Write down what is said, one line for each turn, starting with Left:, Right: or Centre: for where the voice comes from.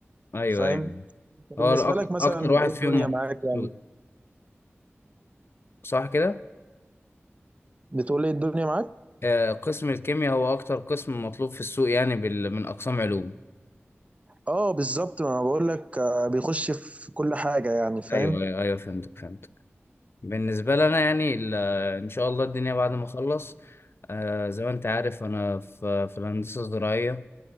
Left: ايوه
Right: فاهم
Left: ايوه
Right: بالنسبة
Left: هو اكتر
Right: لك مثلا
Left: اكتر واحد
Right: إيه
Left: فيهم
Right: الدنيا
Left: مطلوب
Right: معاك
Left: في
Right: يعني
Left: السوق صح كده
Right: بتقول إيه الدنيا معاك
Left: آه، قسم الكيمياء هو اكتر قسم مطلوب في السوق يعني بال... من اقسام علوم
Right: اه بالظبط ما انا بقول لك آه، بيخش في كل حاجه يعني فاهم
Left: ايوه ايوه أيوة، فهمتك فهمتك بالنسبه لنا يعني ال... ان شاء الله الدنيا بعد ما اخلص آه، زي ما انت عارف انا في في الهندسه الزراعيه